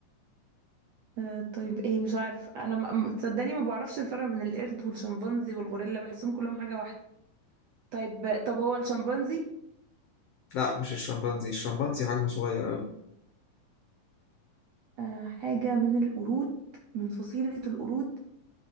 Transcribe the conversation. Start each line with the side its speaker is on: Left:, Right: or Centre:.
Right: آه، طيب ايه مش عارف انا م- م- صدقني ما بعرفش الفرق بين القرد والشمبانزي والغوريلا بحسهم كلهم حاجة واحدة طيب طب هو الشمبانزي
Left: لا مش الشمبانزي الشمبانزي حجمه صغير قوي
Right: آه، حاجة من القرود من فصيلة القرود